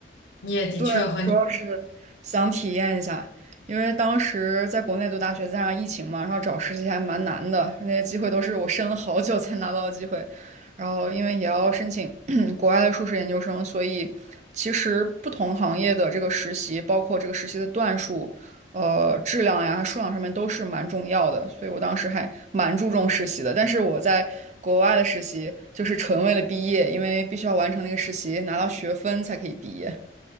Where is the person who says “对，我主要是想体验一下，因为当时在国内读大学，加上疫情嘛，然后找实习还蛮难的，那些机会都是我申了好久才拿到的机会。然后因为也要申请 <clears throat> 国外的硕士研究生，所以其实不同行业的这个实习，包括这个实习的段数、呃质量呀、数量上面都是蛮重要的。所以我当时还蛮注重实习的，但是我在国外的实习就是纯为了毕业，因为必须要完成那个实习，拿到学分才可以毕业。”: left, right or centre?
Right